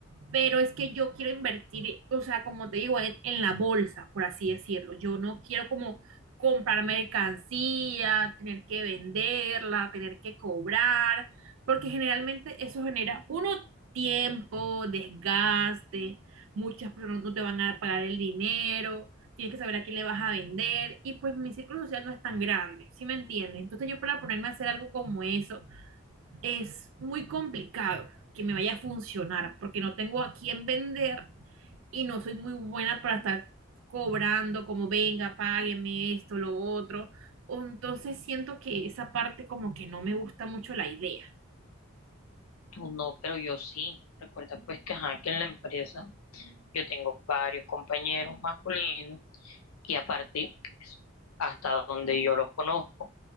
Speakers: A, on the right; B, on the left.
A: pero es que yo quiero invertir, o sea, como te digo, en, en la bolsa, por así decirlo. Yo no quiero como comprar mercancía, tener que venderla, tener que cobrar, porque generalmente eso genera uno tiempo, desgaste, muchas personas no te van a pagar el dinero, tienes que saber a quién le vas a vender y pues mi círculo social no es tan grande, ¿sí me entiendes? Entonces yo para ponerme a hacer algo como eso es muy complicado que me vaya a funcionar porque no tengo a quién vender y no soy muy buena para estar cobrando como venga, págueme esto, lo otro. O Entonces siento que esa parte como que no me gusta mucho la idea.
B: tú no, pero yo sí. Recuerda pues que, ajá, que en la empresa yo tengo varios compañeros masculinos y aparte, pues, hasta donde yo los conozco,